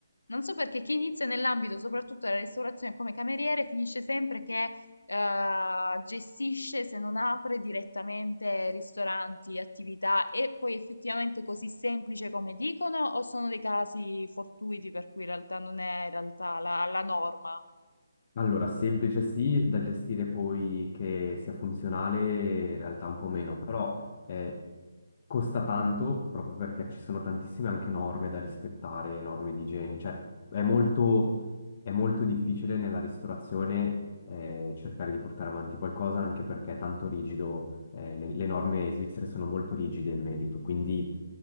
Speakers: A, on the left; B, on the left.
A: Non so perché chi inizia nell'ambito soprattutto della ristorazione come cameriere finisce sempre che eh, gestisce, se non apre direttamente ristoranti, attività, e poi effettivamente così semplice come dicono, o sono dei casi fortuiti per cui in realtà non è in realtà la, la norma?
B: Allora, semplice sì, da gestire poi che sia funzionale, in realtà un po' meno, però eh, costa tanto proprio perché ci sono tantissime anche norme da rispettare, norme di igiene, cioè è molto, è molto difficile nella ristorazione eh, cercare di portare avanti qualcosa anche perché è tanto rigido, eh, le, le norme svizzere sono molto rigide in merito, quindi